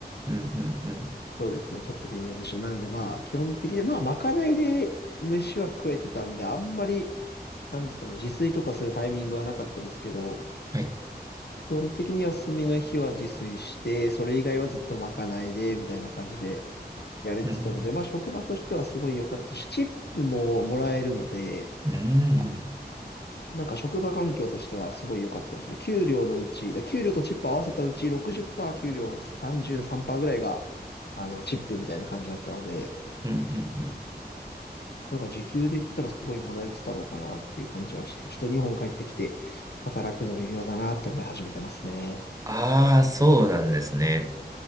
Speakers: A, on the right; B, on the left.
A: うんうんうん。
B: そうですね。ちょっと微妙でした。なのでまあ、基本的に、まあ、まかないで飯は食えてたんで、あんまり、なんですかね、自炊とかするタイミングはなかったですけど、
A: はい。
B: 基本的に休みの日は自炊して、それ以外はずっとまかないで、みたいな感じでやれてたので、
A: うん。
B: まあ、職場としてはすごい良かったし、チップももらえるので、
A: うんうんうん。
B: なんか職場環境としてはすごい良かったですね。給料のうち、だ給料とチップ合わせたうち60%、給料33%ぐらいが、あの、チップみたいな感じだったので、
A: うんうんうん。
B: なんか時給で言ったらすごいもらえてたのかなっていう感じはして、ちょっと日本帰ってきて働くの微妙だなって思い始めてますね。
A: ああ、そうなんですね。